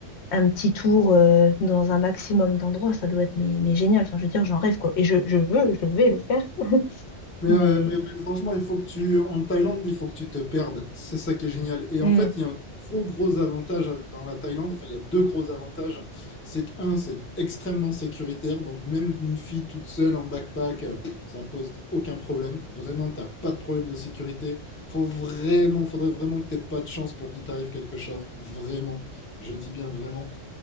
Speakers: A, on the left; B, on the left.
A: un petit tour euh, dans un maximum d'endroits. Ça doit être mais, mais génial. Enfin, je veux dire, j'en rêve quoi. Et je, je veux, je vais le faire.
B: Mais,
A: Mais.
B: euh, mais- mais franchement, il faut que tu, en Thaïlande, il faut que tu te perdes. C'est ça qui est génial. Et
A: hmm.
B: en fait, il y a un gros, gros avantage à- dans la Thaïlande. Enfin, il y a deux gros avantages. C'est que, un, c'est extrêmement sécuritaire. Donc, même une fille toute seule en backpack, euh, pff, ça pose aucun problème. Vraiment, t'as pas de problème de sécurité. Faut vraiment, faudrait vraiment que t'aies pas de chance pour qu'il t'arrive quelque chose. Vraiment. Je dis bien vraiment.